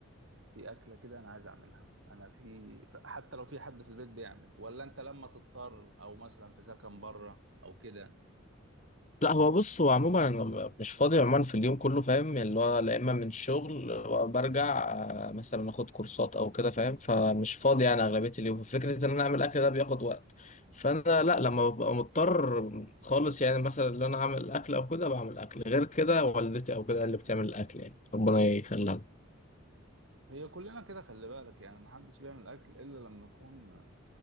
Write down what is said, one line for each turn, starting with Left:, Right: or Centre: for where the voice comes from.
Right: في اكله كده انا عايز اعملها انا في ف- حتى لو في حد في البيت بيعمل ولا انت لما تضطر او مثلا في سكن بره او كده
Left: لا هو بص هو عموما أنا مش فاضي عموما في اليوم كله فاهم اللي هو لا إما من الشغل برجع آه، مثلا آخد كورسات أو كده فاهم فمش فاضي يعني أغلبية اليوم فكرة إن أنا أعمل أكل ده بياخد وقت فأنا لا لما ببقى مضطر خالص يعني مثلا إن أنا أعمل أكل أو كده بعمل أكل غير كده والدتي أو كده اللي بتعمل الأكل يعني ربنا يخليها لنا.
Right: هي كلنا كده خلي بالك يعني محدش بيعمل اكل الا لما يكون